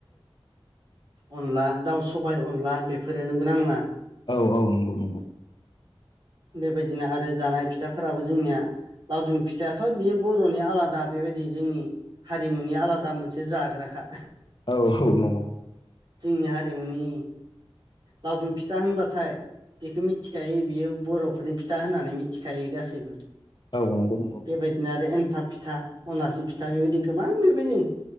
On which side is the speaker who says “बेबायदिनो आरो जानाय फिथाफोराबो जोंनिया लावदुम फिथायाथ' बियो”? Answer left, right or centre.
Right